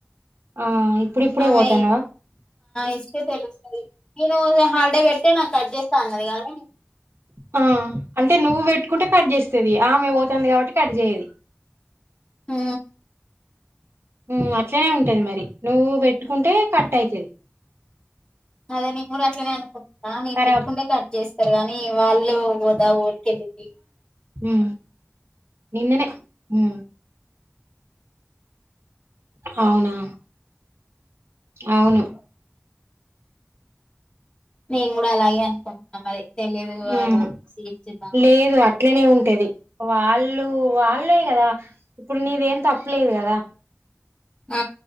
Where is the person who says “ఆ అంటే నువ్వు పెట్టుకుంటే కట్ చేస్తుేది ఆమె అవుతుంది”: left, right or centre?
Right